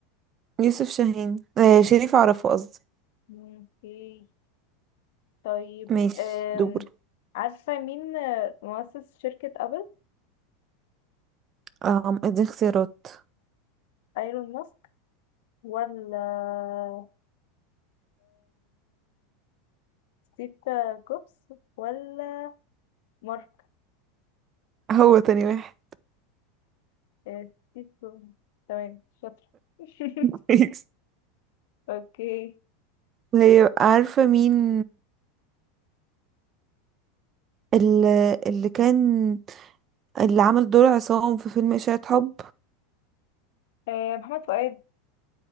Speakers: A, on the right (about 35°); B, on the left (about 60°).
A: يوسف شاهين آه شريف عرفة قصدي
B: أمم، اوكي طيب
A: ماشي
B: أم.
A: دوري
B: عارفة مين آه، مؤسس شركة أبل؟
A: اه اديني اختيارات
B: ايلون ماسك ولا ستيف كوبس ولا مارك
A: هو تاني واحد
B: آه، ستيف كوبس. تمام شاطرة <laughs>
A: <laughs> ماشي.
B: اوكي
A: طيب عارفه مين اللي, اللي كان اللي عمل دور عصام في فيلم إشاعة حب
B: آه، محمد فؤاد